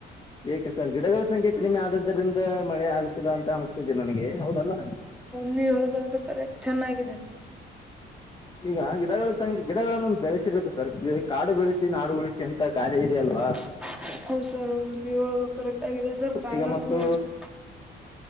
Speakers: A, on the left; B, in the centre.
A: ಏಕೆ ಸರ್ ಗಿಡಗಳ ಸಂಖ್ಯೆ ಕಡಿಮೆ ಆದದ್ದರಿಂದ ಮಳೆ ಆಗುತ್ತಿಲ್ಲಾ ಅಂತ ಅನ್ನಿ. ಅನಿಸುತ್ತಿದೆ ನನಗೆ ಹೌದಲ್ಲ
B: ನೀ ಹೇಳೋದು ಅದು ಕರೆಕ್ಟ್ ಅದು ಚೆನ್ನಾಗಿದೆ.
A: ಈಗ ಗಿಡಗಳ ಸಂಖ್ಯೆ ಗಿಡಗಳನ್ನು ಬೆಳೆಸಿಬೇಕು ಸರ್ ಕಾಡು ಬೆಳೆಸಿ ನಾಡು ಉಳಿಸಿ ಅಂತ ಗಾದೆ ಇದೆಯಲ್ವಾ.
B: <inaudible> ಹೌದ್ ಸರ್ ಹೌದು ನೀವ್ ಹೇಳೋದು ಕರೆಕ್ಟ್ ಆಗಿದೆ ಸರ್ ಕಾರ್ಡನ್ನು
A: ಈಗ ಮತ್ತು
B: ಉಳಿಸಬೇಕು.